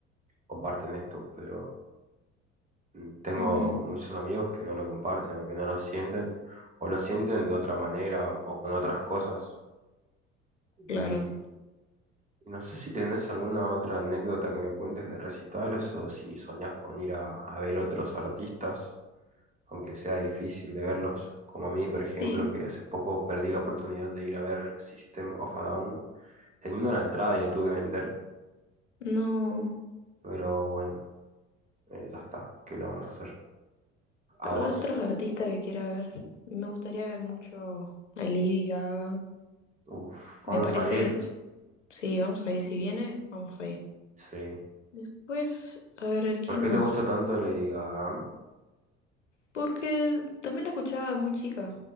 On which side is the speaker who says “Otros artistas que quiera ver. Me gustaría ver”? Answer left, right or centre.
Left